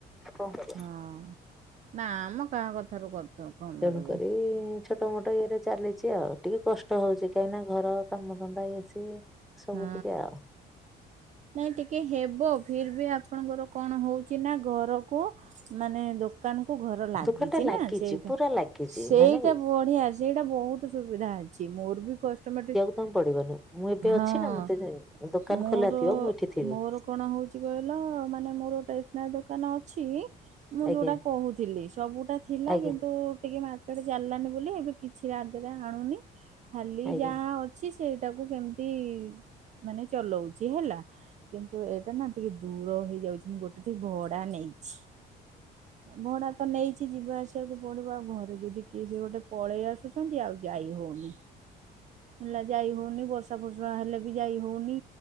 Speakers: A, in the centre; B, on the right (about 45°).
A: କଣ କ
B: ହଁ ନାଆମ କାହା କଥାରୁ କଥ କଣ
A: ତେଣୁକରି
B: ମିଳିବ।
A: ଛୋଟ ମୋଟ ଇଏରେ ଚାଲିଚି ଆଉ ଟିକେ କଷ୍ଟ ହୋଉଚି କାହିଁକି ନା ଘର କାମ ଧନ୍ଦା ଇଏ ସିଏ। ସବୁ
B: ହଁ।
A: ଟିକେ ଆଉ
B: ନାଇଁ ଟିକେ ହେବ ଫିର ବି ଆପଣଙ୍କର କଣ ହଉଚି ନା ଘରକୁ ମାନେ ଦୋକ ଦୋକାନକୁ ଘର ଲାଗିଚି
A: ଦୋକାନ ଟା ଲାଗିଛି
B: ନା ସେଇଟା,
A: ପୁରା ଲାଗିଛି
B: ସେଇଟା
A: ମାନେ
B: ବଢିଆ ସେଇଟା ବହୁତ ସୁବିଧା ଅଛି, ମୋର ବି କଷ୍ଟମେଟିକ
A: କଣ ପଡିବନି ମୁଁ ଏବେ
B: ହଁ।
A: ଅଛି ନା ମତେ ଦୋକାନ
B: ମୋର
A: ଖୋଲା ଥିବ ମୁଁ ଏଠି ଥିବି।
B: ମୋର କଣ ହେଉଛି କହିଲ ମାନେ ମୋର ଟେସନାରୀ ଦୋକାନ ଅଛି ମୁଁ
A: ଆଜ୍ଞା
B: ଯୋଉଟା କହୁଥିଲି ସବୁଟା ଥିଲା
A: ଆଜ୍ଞା
B: କିନ୍ତୁ ଟିକେ ମା ମାର୍କେଟ ଚାଲିଲାନି ବୋଲି ଏବେ କିଛି ରାଗେରେ ଆଣୁନି ଖାଲି
A: ଆଜ୍ଞା।
B: ଯାହା ଅଛି ସେଇଟାକୁ କେମିତି ତି ମାନେ ଚଲଉଛି ହେଲା କିନ୍ତୁ ଏଇଟା ନା ଟିକେ ଦୂର ହେଇଯାଉଛି, ମୁଁ ଗୋଟେ ଠେଇ ଭଡା ନେଇଛି, ଭଡା ତ ନେଇଛିି ଯିବା ଆସିବାକୁ ପଡ଼ିବ ଆଉ ଘରେ ଯଦି କିଏସେ ଗୋଟେ ପଳେଇ ଆସୁଛନ୍ତି ଆଉ ଯାଇ ହଉନି। ହେଲା ଯାଇ ହଉନି ବର୍ଷା ଫର୍ଷା ହେଲେ ବି ଯାଇ ହଉନି